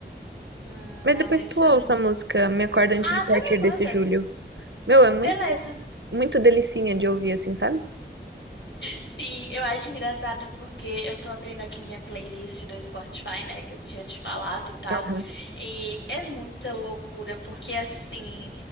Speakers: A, on the left; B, on the right.
A: Hum,
B: Mas
A: não,
B: depois
A: esse
B: tu ouça
A: eu não.
B: a música Me Acorda Antes
A: Ah,
B: de Partir
A: tu me
B: desse
A: manda.
B: Julho. Meu, é muito,
A: Beleza.
B: muito delicinha de ouvir assim, sabe?
A: Sim, eu acho engraçado porque eu tô abrindo aqui minha playlist do Spotify, né, que eu tinha te falado e tal,
B: Aham.
A: e é muita loucura, porque assim,